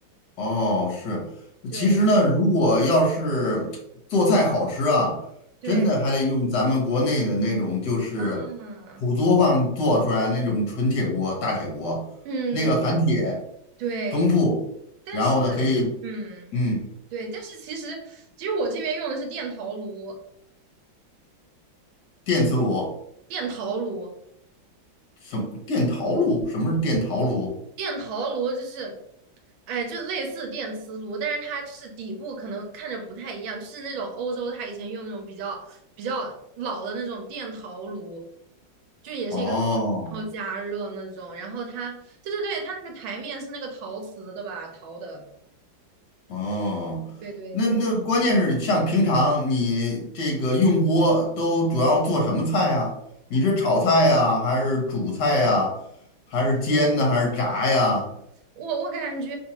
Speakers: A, on the left; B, on the right.
A: 哦，是。
B: 对
A: 其实呢，如果要是做菜好吃啊，
B: 对，
A: 真的还得用咱们国内的那种，就是土作坊做出来那种纯铁锅、
B: 嗯
A: 大铁锅，
B: 嗯，
A: 那个含铁
B: 对。
A: 丰富，
B: 但是，
A: 然后呢可以，
B: 嗯，
A: 嗯，
B: 对，但是其实，其实我这边用的是电陶炉，
A: 电磁炉，
B: 电陶炉，
A: 什么电陶炉？什么是电陶炉？
B: 电陶炉就是，哎，就类似电磁炉，但是它就是底部可能看着不太一样，就是那种欧洲它以前用那种比较比较老的那种电陶炉，就也是一个，
A: 哦。
B: 然后加热那种，然后它，对对对，它那个台面是那个陶瓷的吧，陶的，
A: 哦，
B: 对对对。
A: 那那关键是像平常你这个用锅都主要做什么菜啊？你是炒菜呀，还是煮菜呀，还是煎呢，还是炸呀？
B: 我我感觉，